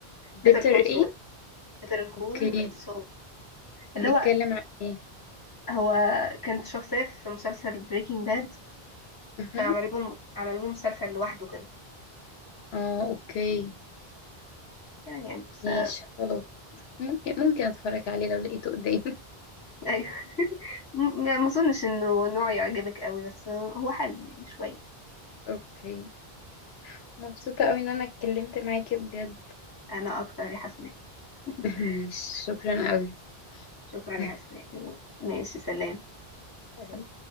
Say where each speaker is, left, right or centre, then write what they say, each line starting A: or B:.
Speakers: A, on the left; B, on the left.
A: بيتر
B: بيتر كول
A: ايه
B: سول بيتر
A: اوكي
B: كول سول اللي
A: بيتكلم
B: هو
A: عن ايه
B: هو كانت شخصية في مسلسل بريكنج باد
A: أها
B: فعملوا لهم عملوا لهم مسلسل لوحده كده
A: اه اوكي
B: يعني يعني بس
A: ماشي
B: آه،
A: خلاص ممكن ممكن اتفرج عليه لو لقيته قدامي <laughs>
B: أيوه <laughs> م- ما أظنش إنه نوع يعجبك قوي بس هو حلو يعني شوية
A: اوكي مبسوطة قوي ان انا اتكلمت معاكي بجد
B: أنا أكتر يا حسناء <laughs>
A: <laughs> ماشي شكرا قوي
B: شكرا
A: <laughs>
B: يا حسناء ماشي سلام
A: سلام
B: سلام.